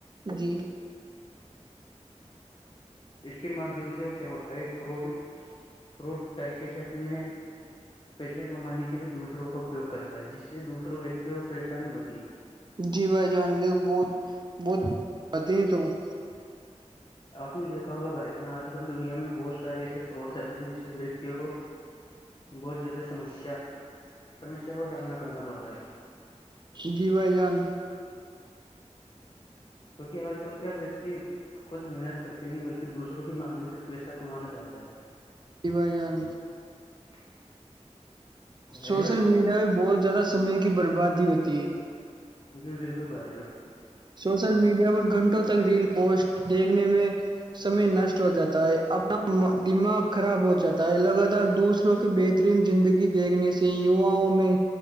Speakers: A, on the right (about 40°); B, on the left (about 40°).
A: جی
B: اس کے مادھیم سے وہ کیا ہوتا ہے فوٹ فوٹ طریقے سے اپنے پیسے کمانے کے لیے دوسروں کا اپیوگ کرتا ہے جس سے دوسروں ویککتیوں کو پریشانی ہوتی ہے
A: جی بھائی جان بہت بہت آ ہیں تو <inaudible>
B: آپ نے دیکھا ہوگا بھائی جان آج کل دنیا میں بہت سے ایسےوڑ چل رہے ہیں جسے وتیوں کو بہت زیادہ سمسیا سمسیا کا سامنا کرنا پڑ رہا ہے
A: دی بائی جان
B: کیونکہ آج کل کیا ویکتی خود محنت کر کے نہیں بلکہ دوسروں کے مادھیم سے پیسہ کمانا چاہتا ہے
A: کی جن
B: <inaudible>
A: سوشل
B: جان جی
A: میڈیا پ بہت زیادہ سمے کی بربادی ہوتی ہے
B: جی بالکل بھائیار
A: سوشل میڈیا پر گھنٹوں تک ریل پوسٹ دیکھنے میں سمے نشٹ ہو جاتا ہے اپنا دماغ خراب ہو جاتا ہے لگاتار دوسروں کے بیت ترین زندگی دیکھنے سے یواؤں میں